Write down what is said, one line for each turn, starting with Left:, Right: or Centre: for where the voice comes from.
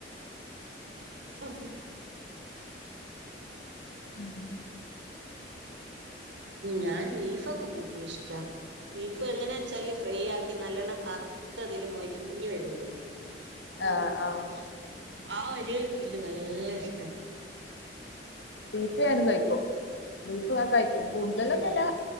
Right: <unintelligible>
Left: ഉം
Right: ഞാൻ ബീഫ് ഒക്കെ എനിക്കിഷ്ടാ ബീഫ് എങ്ങനാ വെച്ചാല് ഫ്രൈ ആക്കി നല്ലോണ്ണം കറു കറുത്ത ആ തിൽ മൊരിഞ്ഞു വരൂലെ
Left: ആഹ് ആഹ്
Right: ആ ഒരു ഇതിൽ നല്ല നല്ല ഇഷ്ട്ടാ
Left: ബീഫ് ഞാനും കഴിക്കും ബീഫ് കഴിക്കുന്നത് കഴിക്കും കൂടുതൽ ഒന്നും
Right: ഉം
Left: ഇല്ല